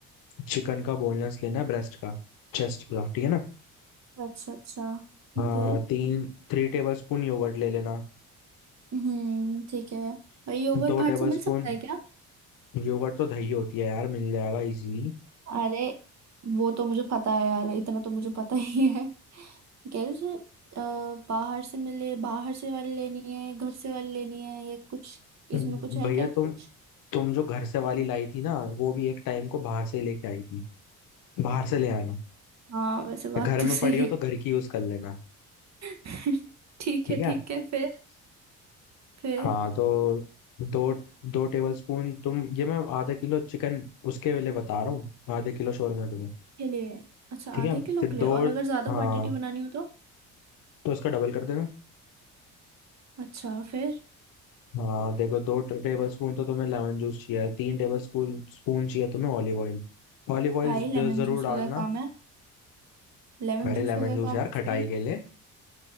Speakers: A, on the left; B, on the right.
A: चिकन का बोनलेस लेना है ब्रेस्ट का चेस्ट का ठीक है ना
B: अच्छा अच्छा फिर
A: हाँ तीन थ्री टेबल स्पून योगर्ट ले लेना
B: हम्म ठीक है भाई योगर्ट
A: दो
B: भाट
A: टेबल
B: से मिल सकता
A: स्पून
B: है क्या
A: योगर्ट तो दही होती है यार मिल जाएगा इजीली
B: अरे वो तो मुझे पता है यार इतना तो मुझे पता ही है कह रहे थे अ, बाहर से मिले बाहर से वाली लेनी है घर से वाली लेनी है या कुछ इसमें
A: भैया
B: कुछ है क्या
A: तुम
B: कुछ
A: तुम जो घर से वाली लाई थी ना वो भी एक टाइम को बाहर से ही लेके आई थी बाहर से ले आना
B: हाँ वैसे बात
A: घर
B: तो
A: में
B: सही
A: पड़ी हो
B: है
A: तो घर की यूज कर लेना
B: <laughs> ठीक
A: ठीक
B: है
A: है
B: ठीक है फिर फिर
A: हाँ तो दो दो टेबल स्पून तुम ये मैं आधा किलो चिकन उसके लिए बता रहा हूँ आधे किलो शोरमा के लिए
B: के लिए अच्छा
A: ठीक
B: आधे
A: है
B: किलो
A: तो
B: के
A: दो
B: लिए और अगर ज्यादा
A: हाँ
B: क्वांटिटी बनानी हो तो
A: तो इसका डबल कर देना
B: अच्छा फिर
A: हाँ देखो दो टेबल स्पून तो तुम्हें लेमन जूस चाहिए तीन टेबल स्पून स्पून चाहिए तुम्हें ऑलिव ऑयल ऑलिव ऑयल
B: भाई लेमन
A: जरूर
B: जूस
A: डालना
B: का क्या काम है लेमन
A: अरे
B: जूस
A: लेमन
B: का क्या
A: जूस
B: काम
A: यार
B: है उसमें
A: खटाई के लिए